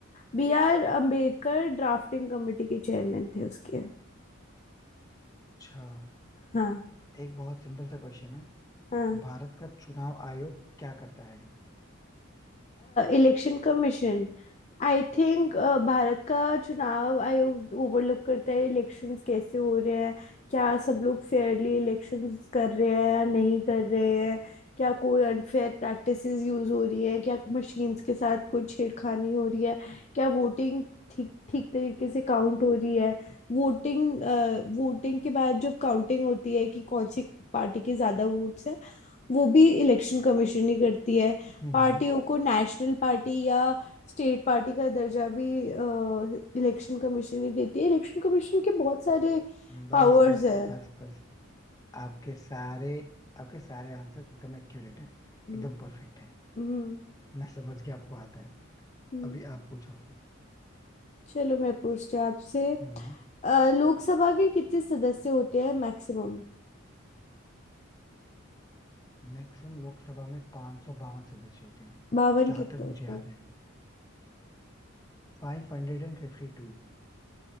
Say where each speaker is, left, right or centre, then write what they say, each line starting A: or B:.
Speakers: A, on the left; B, on the left.
A: B R Ambedkar drafting committee के चेयरमैन थे उसके
B: अच्छा
A: हाँ
B: एक बहुत सिंपल सा क्वेश्चन है
A: हाँ
B: भारत का चुनाव आयोग क्या करता है
A: Election commission I think Bharat का चुनाव आयोग ओवरलुक करता है इलेक्शंस कैसे हो रहे हैं क्या सब लोग फेयरली इलेक्शंस कर रहे हैं या नहीं कर रहे हैं क्या कोई अनफेयर प्रैक्टिसेस यूज हो रही हैं क्या मशीन्स के साथ कोई छेड़खानी हो रही है क्या वोटिंग ठीक ठीक तरीके से काउंट हो रही है वोटिंग वोटिंग के बाद जब काउंटिंग होती है कि कौन सी पार्टी के ज़्यादा वोट्स हैं वो भी इलेक्शन कमीशन ही करती है
B: हम्म हम्म।
A: पार्टियों को नेशनल पार्टी या स्टेट पार्टी का दर्जा भी इलेक्शन कमीशन ही देती है इलेक्शन कमीशन के बहुत सारे
B: बस
A: पावर्स
B: बस
A: है
B: बस बस आपके सारे आपके सारे आंसर एकदम एक्यूरेट है
A: हम्म
B: एकदम परफेक्ट है
A: हम्म,
B: मैं समझ गया आपको आता है
A: हम्म।
B: अभी आप पूछो
A: चलो मैं पूछती हूँ आपसे
B: हम्म
A: अ, लोकसभा के कितने सदस्य होते हैं मैक्सिमम
B: मैक्सिमम लोकसभा में 552 सदस्य होते हैं
A: बावन
B: जहां
A: कितने
B: तक
A: होते
B: मुझे याद
A: हैं
B: है 552